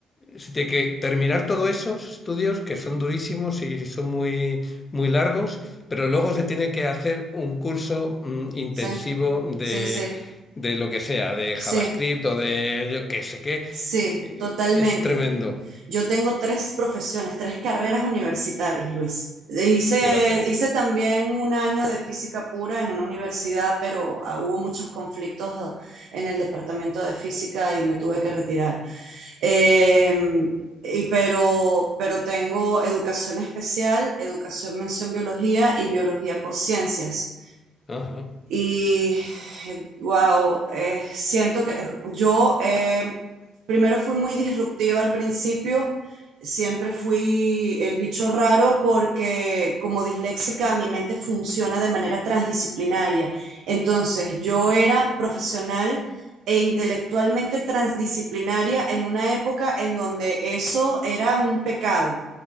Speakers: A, on the left (about 30°); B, on the right (about 80°).
A: se tiene que terminar todos esos estudios que son durísimos y son muy, muy largos, pero luego se tiene que hacer un curso mm, intensivo
B: sí,
A: de,
B: sí, sí,
A: de lo que sea, de
B: sí.
A: JavaScript o de yo qué sé qué.
B: Sí,
A: Eh,
B: totalmente.
A: Es tremendo,
B: Yo tengo tres profesiones, tres carreras universitarias, Luis. Hice,
A: fíjate.
B: hice también un año de física pura en una universidad, pero ah, hubo muchos conflictos en el departamento de física y me tuve que retirar. Em, y pero, pero tengo educación especial, educación mención biología y biología por ciencias.
A: Ajá.
B: Y wow, eh, siento que yo eh, primero fui muy disruptiva al principio, siempre fui el bicho raro porque como disléxica mi mente funciona de manera transdisciplinaria. Entonces yo era profesional e intelectualmente transdisciplinaria en una época en donde eso era un pecado.